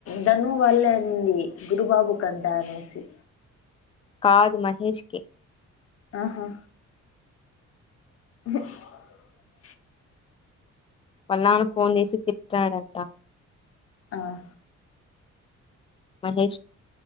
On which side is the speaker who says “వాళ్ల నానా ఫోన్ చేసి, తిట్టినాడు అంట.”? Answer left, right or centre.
Left